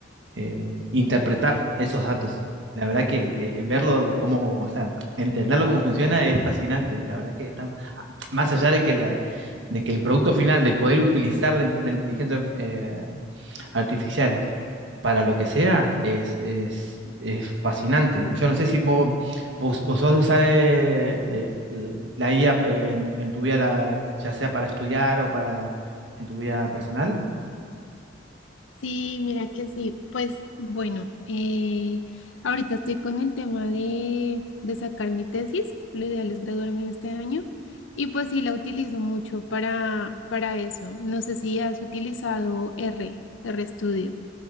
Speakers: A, on the right (about 70°); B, on the left (about 80°).
A: eh, interpretar esos datos. La verdad que eh, verlo cómo, o sea, entenderlo cómo funciona es fascinante. La verdad que está más allá de que la, de que el producto final de poder utilizar la, in- la inteligencia eh, artificial para lo que sea es, es, es fascinante. Yo no sé si vos, vos, vos sos de usar eh, eh, la IA en, en tu vida, la- ya sea para estudiar o para en tu vida personal.
B: sí, mira que sí. Pues bueno, eh, ahorita estoy con el tema de, de sacar mi tesis, lo ideal es graduarme este año. Y pues sí, la utilizo mucho para, para eso. No sé si has utilizado R, RStudio.